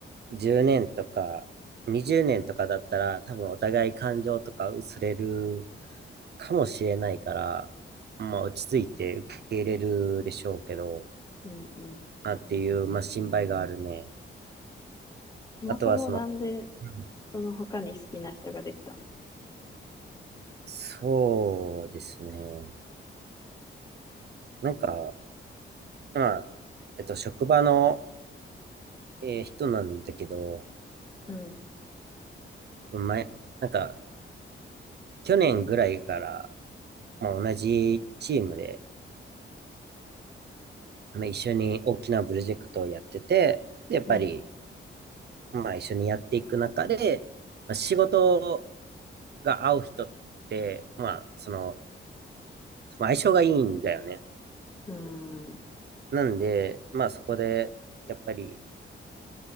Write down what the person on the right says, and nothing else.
10年とか20年とかだったら、多分お互い感情とか薄れるかもしれないから、まあ、落ち着いて受け入れるでしょうけど、
なっていう、まあ、心配があるね。
あとは、その、うん
そうですね。なんか、まあ、えっと、職場の、えー人なんだけど、
前、なんか、去年ぐらいから、まあ、同じチームで、まあ、一緒に大きなプロジェクトをやってて、で、やっぱり、
まあ、一緒にやっていく中で、まあ、仕事が合う人って、まあ、その、まあ相性がいいんだよね。
なんで、まあそこで、やっぱり、